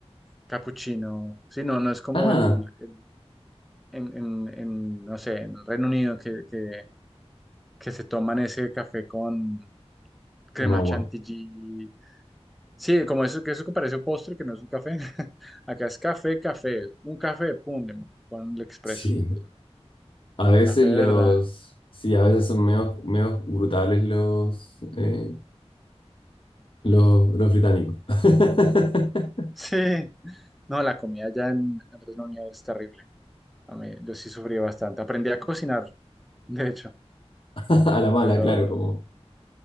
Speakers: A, in the centre; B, on the left.
A: cappuccino. Sí, no, no es como
B: Ah,
A: el, el- en, en- en, no sé, en Reino Unido que, que, que se toman ese café con crema
B: con agua.
A: chantilly. Sí, como eso que eso que parece un postre, que no es un café. <laughs> Acá es café, café, un café, pum, le ponen el expreso.
B: Sí. A veces
A: Café,
B: los.
A: de ¿verdad? <laughs>
B: Sí, a veces son menos, menos brutales los, eh, los, los británicos. <laughs>
A: Sí. No, la comida allá en, en Reino Unido es terrible. A mí, yo sí sufrí bastante. Aprendí a cocinar, de hecho,
B: <laughs> A la mala,
A: pero
B: claro, como...